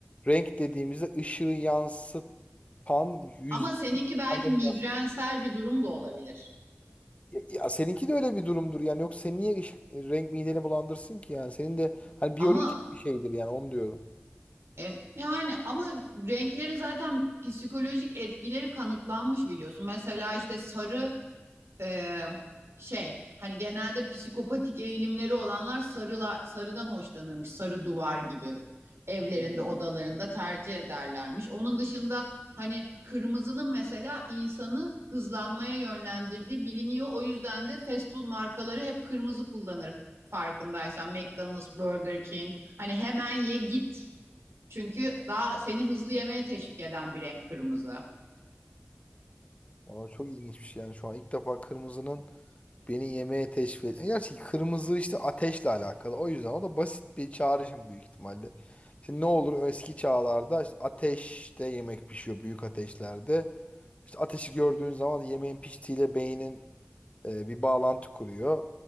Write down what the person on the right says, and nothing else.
Ama seninki belki
migrensel bir durum da olabilir.
Ama
e, yani ama renklerin zaten psikolojik etkileri kanıtlanmış biliyorsun. Mesela işte sarı e, şey hani genelde psikopatik eğilimleri olanlar sarılar, sarıdan hoşlanırmış. Sarı duvar gibi evlerinde odalarında tercih ederlermiş. Onun dışında hani kırmızının mesela insanı hızlanmaya yönlendirdiği biliniyor. O yüzden de fast food markaları hep kırmızı kullanır farkındaysan. McDonald's, Burger King hani hemen ye git. Çünkü daha seni hızlı yemeye teşvik eden bir renk kırmızı.